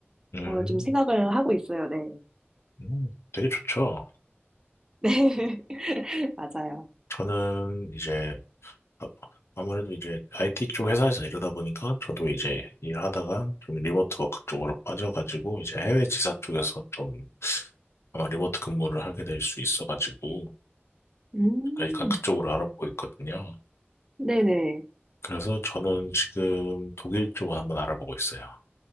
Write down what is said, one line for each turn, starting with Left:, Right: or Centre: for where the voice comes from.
Left: 음,
Right: 어, 좀 생각을 하고 있어요. 네.
Left: 음, 되게 좋죠.
Right: <laughs> 네, 맞아요.
Left: 저는 이제 아- 아무래도 이제 IT 쪽 회사에서 이러다 보니까 저도 이제 일하다가 좀 리모트 워크 쪽으로 빠져가지고 이제 해외 지사 쪽에서 좀 아마 리모트 근무를 하게 될 수 있어가지고
Right: 음,
Left: 그러니까 그쪽으로 알아보고 있거든요.
Right: 네네.
Left: 그래서 저는 지금 독일 쪽을 한번 알아보고 있어요.